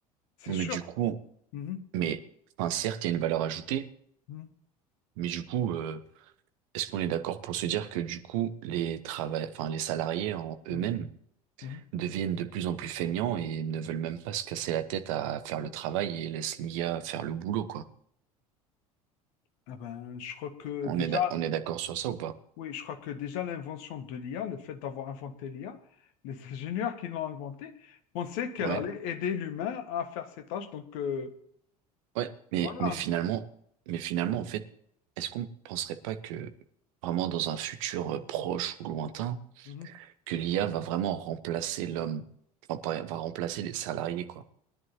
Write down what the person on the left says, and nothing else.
c'est
sûr.
Mhm,
mhm,
mhm, mhm.
Ah ben, je crois que
déjà,
Oui, je crois que déjà l'invention de l'IA, le fait d'avoir inventé l'IA, les <laughs> ingénieurs qui l'ont inventée pensaient qu'elle
allait aider l'humain à faire ses tâches. Donc euh,
voilà.
Mhm.